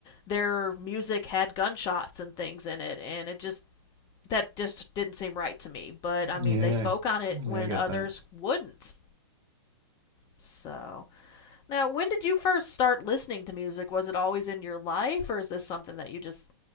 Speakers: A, on the left; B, on the right.
A: Their music had gunshots and things in it, and it just that just didn't seem right to me. But I mean,
B: Yeah,
A: they spoke on it when
B: yeah, I get
A: others
B: that.
A: wouldn't. So Now, when did you first start listening to music? Was it always in your life, or is this something that you just